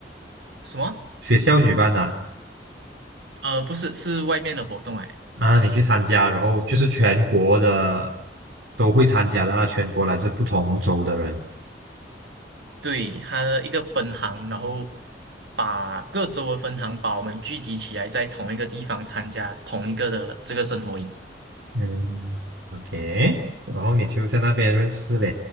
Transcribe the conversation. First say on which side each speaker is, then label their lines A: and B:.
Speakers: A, on the right; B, on the right.
A: 什么？
B: 学校举办的
A: 呃，不是，是外面的活动哎。
B: 啊，你去参加，然后就是全国的都会参加的啦，全国来自不同州的人。
A: 对，他的一个分行，然后把各州的分行把我们聚集起来，在同一个地方参加同一个的这个生活营。
B: 嗯，OK，然后你就在那边认识了，